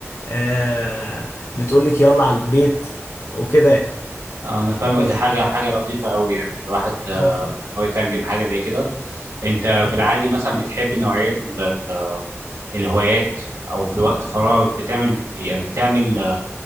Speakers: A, on the left; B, on the right.
A: آه بتقول لك يلا على البيت وكده يعني
B: آه انا فاهمك
A: بس
B: دي حاجة حاجة لطيفة قوي يعني الواحد آه،
A: تحفة
B: إن هو يترجم حاجة زي كده انت
A: مم.
B: في العادي مثلا بتحب نوعية ال- ال- الهوايات او في وقت فراغ بتعمل يعني بتعمل